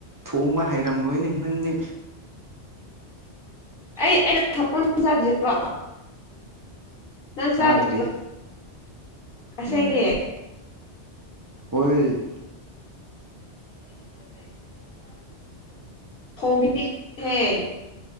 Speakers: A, on the right; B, on the left.
A: ꯊꯣꯡꯕ ꯍꯥꯏꯩꯔꯝꯂꯣꯏꯅꯦ ꯅꯪꯅꯦ
B: ꯑꯩ ꯑꯩꯅ ꯊ ꯆꯗ꯭ꯔꯤꯀꯣ ꯅꯪ
A: ꯆꯥꯗ꯭ꯔꯤ
B: ꯆꯥꯗ ꯑꯁꯦꯡꯒꯤ
A: ꯎꯝ
B: <inaudible> <inaudible>
A: ꯍꯣꯏ
B: ꯍꯒ ꯍꯦ